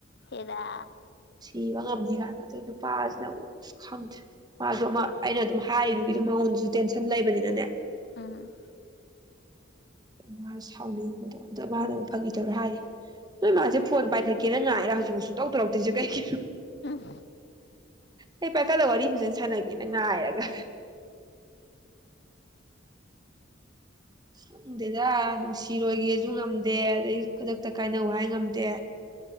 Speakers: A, on the left; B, on the right.
A: ꯍꯦꯔꯥ
B: ꯁꯤꯕ ꯉꯝꯅꯤ ꯍꯥꯏꯕ ꯑꯗꯩ ꯅꯨꯄꯥꯁꯤꯅ ꯑꯃꯨꯛ ꯑꯁ ꯈꯪꯗꯦ ꯃꯥꯁꯨ ꯑꯃ ꯑꯩꯅ ꯑꯗꯨꯝ ꯍꯥꯏꯗꯨꯒꯤ ꯃꯉꯣꯟꯁꯨ ꯇꯦꯟꯁꯟ ꯂꯩꯕꯅꯤꯅꯅꯦ
A: ꯎꯝ
B: ꯃꯥ ꯁꯥꯎꯅꯤꯡꯕꯗꯣ ꯑꯗꯣ ꯃꯥꯅ ꯑꯃꯨꯛ ꯐꯪꯈꯤꯗꯧꯔ ꯍꯥꯏꯔꯤ ꯅꯣꯏ ꯃꯥꯁꯦ ꯐꯣꯟ ꯄꯥꯏꯈꯠꯀꯦꯅ ꯉꯥꯏꯔ ꯍꯧꯖꯤꯛꯐꯥꯎ ꯁꯨꯛꯇꯧ ꯇꯧꯔꯛꯇ꯭ꯔꯤꯁꯦ ꯀꯩꯒꯤꯅꯣ
A: ꯎꯝ
B: ꯑꯩ ꯄꯥꯏꯈꯠꯂꯒ ꯋꯥꯔꯤ ꯐꯖꯅ ꯁꯥꯟꯅꯒꯦꯅ ꯉꯥꯏꯔꯒ ꯈꯪꯗꯦꯗ ꯅꯨꯡꯁꯤꯔꯣꯏꯒꯦꯁꯨ ꯉꯝꯗꯦ ꯑꯗꯩ ꯈꯨꯗꯛꯇ ꯀꯥꯏꯅꯧ ꯍꯥꯏ ꯉꯝꯗꯦ